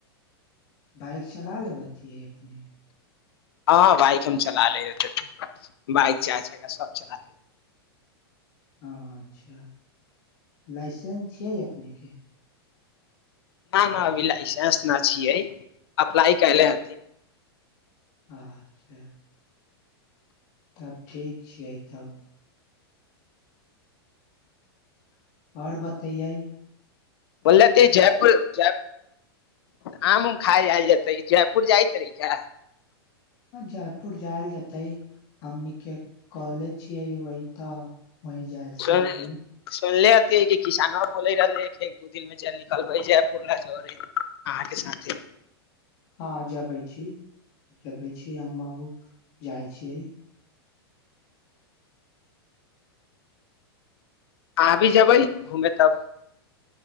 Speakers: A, on the left (about 45°); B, on the left (about 70°).
A: बाइक चला लेबती है अपने
B: हँ बाइक हम चलाले बाइक चार चक्का सब चला लेब
A: हँ अच्छा लाइसेंस छियै अपनेके
B: हाँ ना नहि अभी लाइसेंस नहि छियै अप्लाइ कयले हथिन
A: अच्छा तब ठीक छियै तब आओर बतैियै
B: बोलल त जयपुर जय ऽ आम उम खाय आयल जेतै जयपुर जाइत रैहि का
A: जयपुर जायल जेतै हमनीके कॉलेज छियै वहि तऽ वही जाइ छी
B: सुन
A: अपने
B: सुनलिय है किसानो बोले रहल है कि एक दू दिन मे ज निकलबै पुरला जर है अहाँके साथे
A: हँ जबै छी जबै छी हमाबू जाइ छियै
B: अह भी जेबै घूमे तब